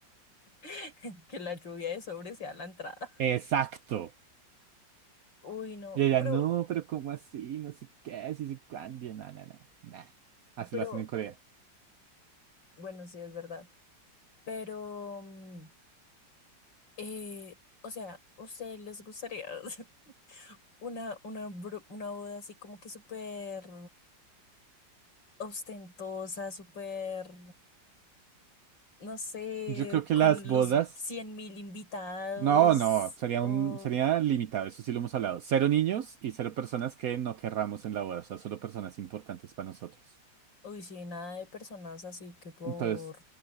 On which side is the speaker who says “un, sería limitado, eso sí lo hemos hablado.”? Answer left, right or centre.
Right